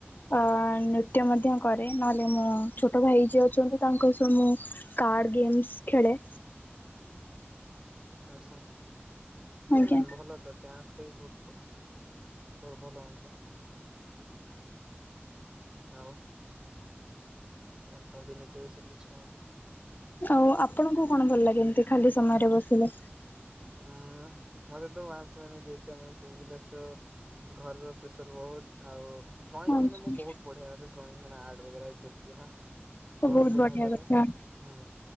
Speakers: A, on the left (about 45°); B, on the right (about 15°).
A: ଅ ନୃତ୍ୟ ମଧ୍ୟ କରେ ନହେଲେ ମୋ ଛୋଟ ଭାଇ ଯିଏ ଅଛନ୍ତି ତାଙ୍କ ସହ ମୁଁ---' କାର୍ଡ ଗେମ୍ସ୍ ଖେଳେ।
B: ଆଛା ହୁଁ
A: ଆଜ୍ଞା।
B: ଭଲ ତ ଡ୍ୟାନ୍ସ ଟା ବିହୁ ବଢିଆ ଭଲ ଆଂଷ ଆଉ। କଣ କୁହନ୍ତୁ ନିଜ ବିଷୟରେ କିଛି କହନ୍ତୁ।
A: ଆଉ ଆପଣଙ୍କୁ କଣ ଭଲ ଲାଗେ ଏମତି ଖାଲି ସମୟରେ ବସିଲେ।
B: ହୁଁ ମତେ ତ <unintelligible> ମାନେ ଯେତେମେ ପୁବୁଲାସ ଘରର ପ୍ରେସର ବୋହୁତ ଆଉ। ଡ୍ରଇଂ
A: ଆଚ୍ଛା
B: ମାନେ ମୁଁ ବହୁତ ବଢିଆ କରେ ଡ୍ରଇଂ ମାନେ ଆଡ ବଗରା ଯେତେ ଯାହା।
A: ତ
B: ଡ୍ରଇଂ
A: ବହୁତ
B: ବଢିଆ କରେ
A: କଥା
B: ହୁଁ।